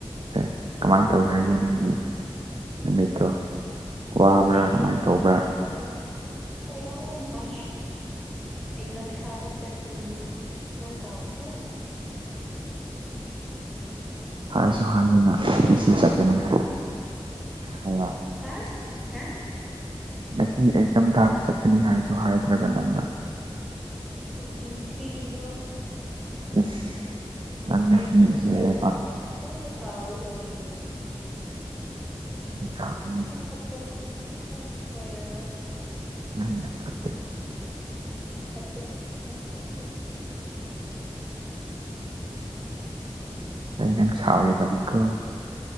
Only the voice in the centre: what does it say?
ꯑꯩꯗꯤ
ꯉꯁꯤ
ꯑꯦꯛꯖꯥꯝ ꯍꯣꯏ ꯌꯥꯝ ꯋꯥꯏ ꯑꯦꯛꯖꯥꯝ ꯊꯥꯕ ꯆꯠꯄꯅꯤ ꯅꯪ ꯀꯥꯎꯈ꯭ꯔꯦ
ꯍꯥ ꯍꯥ
ꯅꯆꯤꯡ ꯊꯤꯒꯅꯣ
ꯍꯥꯏꯕꯅꯤ
ꯀꯥꯏꯅ ꯅꯪꯅ ꯀꯥꯎꯔꯒ ꯂꯩꯌꯦ
ꯅꯝ ꯐꯠꯇꯦ ꯅꯪ ꯃꯤ ꯑꯣꯏꯔꯔꯣꯏ
ꯅꯪꯅ ꯐꯠꯇꯦ ꯅꯪ ꯐꯠꯇꯦ